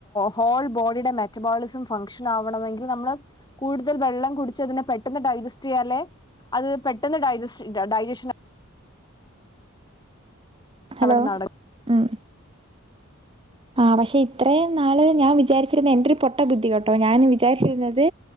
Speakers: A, on the left; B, on the right.
A: ഹോൾ ബോഡിയുടെ മെറ്റബോളിസം ഫംഗ്ഷൻ ആവണമെങ്കിൽ നമ്മള് കൂടുതൽ വെള്ളം കുടിച്ചതിനെ പെട്ടെന്ന് ഡൈജസ്റ്റ് ചെയ്യാലെ അത് പെട്ടെന്ന് ഡജസ്റ്റ് ഡൈജഷൻ
B: ഹലോ
A: അവിടെ നട
B: ഉം ആ പക്ഷെ ഇത്രേം നാൾ ഞാൻ വിചാരിച്ചിരുന്നത് എന്റെ ഒരു പൊട്ട ബുദ്ധി കേട്ടോ ഞാൻ വിചാരിച്ചിരുന്നത്